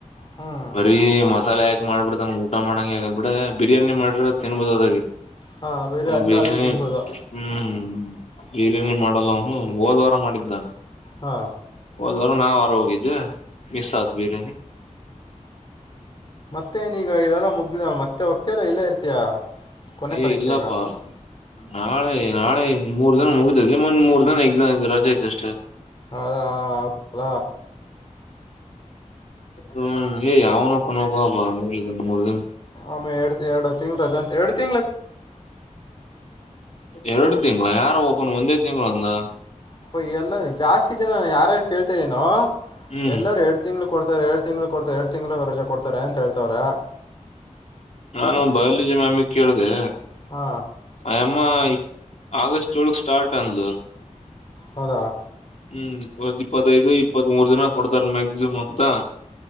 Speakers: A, on the left; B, on the left.
A: ಹ್ಮ್
B: ಬರೀ ಮಸಾಲೆ ಆಕಿ ಮಾಡ್ಬಿಡ್ತಾನ ಊಟ ಮಾಡಂಗ ಆಗಲ್ಲ ಬಿಡ ಬಿರಿಯಾನಿ ಮಾಡ್ರ ತಿನಬಹದು ಅದಾಗ.
A: ಹಾಂ ಬೇರೆ
B: ಅವನು
A: ಅನ್ನ
B: ಬಿರಿಯಾನಿ
A: ಆದರೂ ತಿನ್ಬೋದು
B: ಹ್ಮ್. ಬಿರಿಯಾನಿ ಮಾಡಲ್ಲ ಅವನು ಹೋದ ವಾರ ಮಾಡಿದ್ದ.
A: ಹಾ.
B: ಬುದುವಾರ ನಾವ್ ಹೊರಗ ಹೋಗಿದ್ದೆ ಮಿಸ್ ಆತ್ ಬಿರಿಯಾನಿ.
A: ಮತ್ತೆ ನೀಗ ಇದೆಲ್ಲ ಮುಗದಿಧೆ ಮತ್ತೆ ಹೋಗ್ತಿಯಲ್ಲಾ ಇಲ್ಲೆ ಇರ್ತೀಯಾ. ಕೊನೆ
B: ಏ
A: ಪರೀಕ್ಷೆಗ
B: ಇಲ್ಲಪ್ಪಾ. ನಾಳೆ ನಾಳೆ ಮೂರ ದಿನ ಮುಗದಿದೆ ಮುಂದ್ ಮೂರ ದಿನ ಎಕ್ಸಾಮ್ ಇದೆ ರಜೆ ಐತಿ ಅಷ್ಟೇ.
A: ಅದ ಅಪ್.
B: ಹ್ಮ ಏಯ್ ಅವ್ನೋಕ್ಕೋನ್ ಒಬೊಬಾ ಇಲ್ಲ ಮೂರ ದಿನ.
A: ಆಮೆ ಎಡ್ ಎರಡು ತಿಂಗಳ ರಜೆ ಅಂತ ಎಡ್ ತಿಂ.
B: ಎರಡು ತಿಂಗಳ ಯಾರೋ ಒಬ್ಬನು ಒಂದೇ ತಿಂಗಳ. ತಿಂಗಳ ಒಂದು.
A: ಅಪ್ಪ ಇಎಲ್ಲ ಜಾಸ್ತಿ ಜನ ಯಾರಾರು ಕೇಳತಾ ಇದೀನೋ.
B: ಹ್ಮ್
A: ಎಲ್ಲರು ಎರಡ್ ತಿಂಗಳ ಕೊಡ್ತಾರೆ ಎರಡ್ ತಿಂಗಳ ಕೊಡತಾರೆ ಎರಡ್ ತಿಂಗಳು ರಜೆ ಕೊಡತಾರೆ ಅಂತ ಹೇಳತವರೆ.
B: ನಾನು ಬಯೋಲಾಜಿ ಮ್ಯಾಮ್ ನಾ ಕೇಳದೆ.
A: ಹಾ
B: ಅಯಮ್ಮ ಆಗಸ್ಟ್ ಏಳಕ್ ಸ್ಟಾರ್ಟ್ ಅಂದಳು.
A: ಹೌದ.
B: ಹ್ಮ್ ಆಗಸ್ಟ್ ಇಪ್ಪತ್ತೈದು ಇಪ್ಪತ್ತ್ ಮೂರ್ ದಿನ ಕೊಡತಾರೆ ಮ್ಯಾಕ್ಸಿಮಮ್ ಅಂತ.